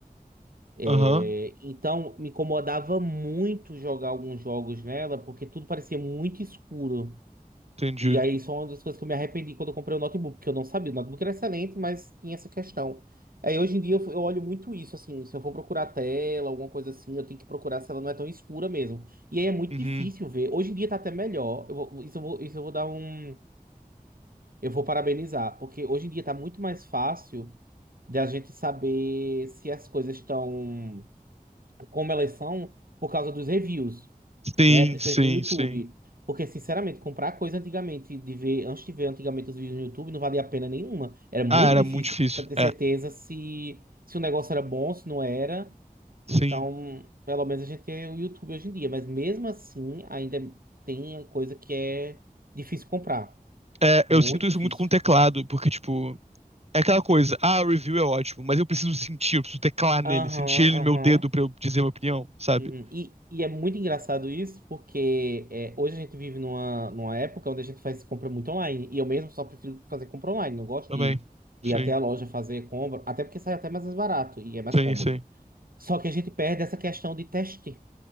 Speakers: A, on the right; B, on the right.
A: É,
B: Aham,
A: então, me incomodava muito jogar alguns jogos nela, porque tudo parecia muito escuro.
B: entendi.
A: E aí, isso é uma das coisas que eu me arrependi quando eu comprei o notebook, porque eu não sabia. O notebook era excelente, mas tinha essa questão. Aí, hoje em dia, eu, f- eu olho muito isso, assim. Se eu for procurar a tela, alguma coisa assim, eu tenho que procurar se ela não é tão escura mesmo. E aí, é muito
B: Uhum.
A: difícil ver. Hoje em dia, tá até melhor. Eu vou- isso eu vou, isso eu vou dar um... Eu vou parabenizar, porque hoje em dia tá muito mais fácil da gente saber se as coisas estão... Como elas são, por causa dos reviews
B: Sim,
A: né? Principalmente
B: sim,
A: do YouTube.
B: sim.
A: Porque, sinceramente, comprar coisa antigamente, de ver, antes de ver antigamente os vídeos no YouTube, não valia a pena nenhuma. Era muito
B: Ah, era
A: difícil
B: muito difícil.
A: pra ter certeza
B: É,
A: se, se o negócio era bom, se não era.
B: sim.
A: Então, pelo menos a gente tem o YouTube hoje em dia. Mas mesmo assim, ainda tem coisa que é difícil comprar.
B: É,
A: Muito
B: eu sinto isso
A: difícil.
B: muito com o teclado, porque, tipo, é aquela coisa, ah, o review é ótimo, mas eu preciso sentir, eu preciso teclar nele,
A: Aham,
B: sentir ele no
A: aham.
B: meu dedo pra eu dizer minha opinião, sabe?
A: Uhum. E, e é muito engraçado isso, porque é, hoje a gente vive numa, numa época onde a gente faz compra muito online. E eu mesmo só prefiro fazer compra online. Não gosto
B: Também.
A: de, de
B: Sim,
A: ir até a loja fazer compra, até porque sai até mais barato e é mais
B: sim,
A: cômodo.
B: sim.
A: Só que a gente perde essa questão de teste,